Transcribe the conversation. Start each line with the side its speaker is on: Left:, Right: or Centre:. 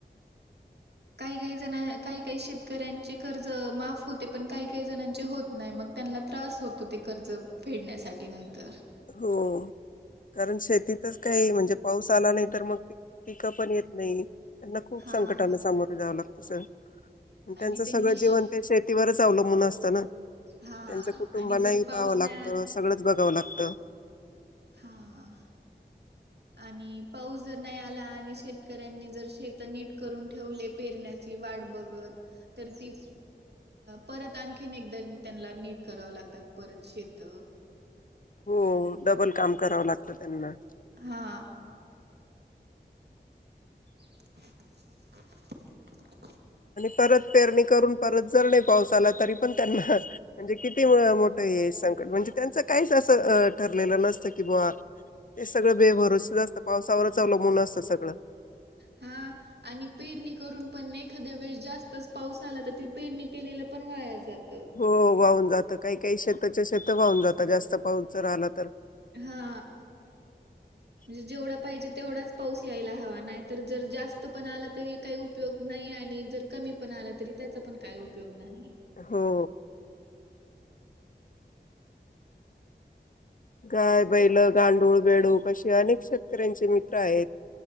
Right: काही काही जण काही काही शेतकऱ्यांचे कर्ज माफ होते, पण काही काही जणांचे होत नाही मग त्यांना ला त्रास होतो ते कर्ज फेडण्यासाठी नंतर.
Left: हो. कारण शेतीतच काही म्हणजे पाऊस आला नाही तर मग पिकं पण येत नाही. त्यांना खूप
Right: हां
Left: संकटांना सामोरे जा्यावं लागतं सर त्यांचं
Right: आणि
Left: सगळं
Right: त्यांनी श
Left: जीवन ते च शेतीवरच अवलंबून असतं ना,
Right: हां
Left: त्यांचं कुटुंबाांनाही
Right: आणि जर पाऊस
Left: पाहाव लागतं
Right: नाही
Left: सगळंच बघावं लागतं.
Right: हा. आणि पाऊस जर नाही आला आणि शेतकऱ्यांनी जर शेत नीट करून ठेवले पेरण्या ची वाट बघत तर ती परत आणखीन एकदा त्यांला नीट करावं लागतात परत शेत.
Left: हो डबल काम करावं लागतं त्यांना.
Right: हा. <inaudible>
Left: परत पेरणी करून परत जर नाही पाऊस आला तरी पण त्यांना म्हणजे किती मोठं हे येस संकट म्हणजे त्यांच काहीच असं ठरलेलं नसतं की बुवा ते सगळं बेभरोस अस्तं पावसावरच अवलंबून असतं सगळं
Right: हा आणि पेरणी करून पण एखाद्या वेळी जास्तच पाऊस आला तर ती पेरणी केलेलं पण वाया जात.
Left: हो वाहून जात काही काही शेताच्या शेत वाहून जातात, जास्त पाऊस जर आला तर.
Right: हा.
Left: <inaudible>
Right: म्हणजे जेवढा पाहिजे तेवढाच पाऊस यायला हवा नाही तर जर जास्त पण आला तरी काही उपयोग नाही आहे. आणि जर कमी पण आला तरी त्याचा पण काय उपयोग नाही.
Left: हो. गाय, बैल, गांडूळ, बेडूक असे अनेक शेतकऱ्यांचे मित्र आहेत.